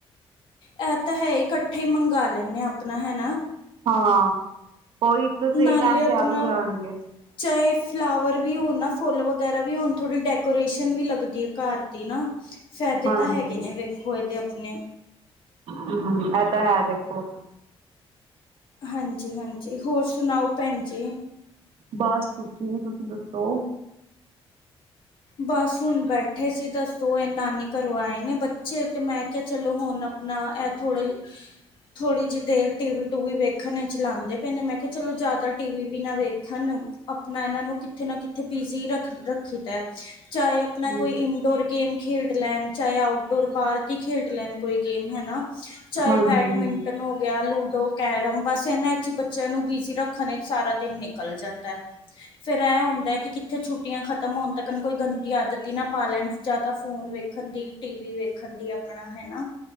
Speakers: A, on the left (about 50°); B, on the right (about 65°).
A: ਇਹ ਤਾ ਹੈ ਕੱਠੇ ਹੀ ਮੰਗਵਾ ਲੇਨੇ ਆਪਣਾ ਹੈਨਾ।
B: ਹਾਂ ਉਹੀ ਇੱਕ ਸਹੀ
A: ਨਾਲੇ
B: ਟਾਈਮ
A: ਆਪਣਾ
B: ਤੇ ਆ ਵੀ ਜਾਣਗੇ।
A: ਚਾਹੇ ਫਲਾਵਰ ਵੀ ਹੋਣ ਨਾ ਫੁੱਲ ਵਗੈਰਾ ਵੀ ਹੋਣ ਥੋੜੀ ਡੈਕੋਰੇਸ਼ਨ ਵੀ ਲੱਗਦੀ ਹੈ ਘਰ ਦੀ ਨਾ। ਫਾਇਦੇ
B: ਹਾਂਜੀ
A: ਤਾ ਹੈਗੇ ਨੇ ਵੇਖੋ ਇਹਦੇ ਆਪਨੇ।
B: ਹਮ ਇਹ ਤਾਂ ਹੈ ਦੇਖੋ।
A: ਹਾਂਜੀ-ਹਾਂਜੀ ਹੋਰ ਸੁਣਾਓ ਭੈਣ ਜੀ।
B: ਬਸ ਕੁਛ ਨੀ ਤੁਸੀ ਦੱਸੋ।
A: ਬਸ ਹੁਣ ਬੈਠੇ ਸੀ ਦੱਸੋ ਇਹ ਨਾਨੀ ਘਰੋ ਆਏ ਨੇ ਬੱਚੇ ਤੇ ਮੈਂ ਕਿਹਾ ਚਲੋ ਹੁਣ ਨਾ ਇਹ ਥੋੜ੍ਹਾ ਜ ਥੋੜ੍ਹੀ ਜਿਹੀ ਦੇਰ ਟੀਵੀ ਟੂਵੀ ਵੇਖਣ ਇਚ ਲਾਂਦੇ ਪਏ ਨੇ ਮੈਂ ਕਿਹਾ ਚਲੋ ਜਾਦਾ ਟੀਵੀ ਵੀ ਨਾ ਵੇਖਣ। ਆਪਣਾ ਇਹਨਾਂ ਨੂੰ ਕਿੱਥੇ ਨਾ ਕਿੱਥੇ ਬਿਜੀ ਰੱਖਦਾ ਚਾਹੇ ਆਪਣਾ
B: ਹਮ
A: ਕੋਈ ਇਨ ਡੋਰ ਗੇਮ ਖੇਡ ਲੈਣ ਚਾਹੇ ਆਊਟਡੋਰ ਬਾਰ ਦੀ ਖੇਡ ਲੈਣ ਕੋਈ ਗੇਮ ਹੈਨਾ। ਚਾਹੇ
B: ਹਾਂਜੀ
A: ਬੈਡਮਿੰਟਨ ਹੋ ਗਿਆ ਲੂਡੋ ਕੈਰਮ ਬਸ ਇਹਨਾ ਇਚ ਹੀ ਬੱਚਿਆਂ ਨੂੰ ਬਿਜੀ ਰੱਖਣ ਵਿਚ ਸਾਰਾ ਦਿਨ ਨਿਕਲ ਜਾਂਦਾ। ਫੇਰ ਇਹ ਹੁੰਦਾ ਹੈ ਕਿ ਕਿੱਥੇ ਛੁੱਟੀਆਂ ਖ ਖਤਮ ਹੋਣ ਤੱਕਨ ਕੋਈ ਗੰਦੀ ਆਦਤ ਹੀ ਨਾ ਪਾ ਲੈਣ ਜਾ ਤਾ ਫੋਨ ਵੇਖਣ ਦੀ ਟੀਵੀ ਵੇਖਣ ਦੀ ਆਪਣਾ ਹੈਨਾ।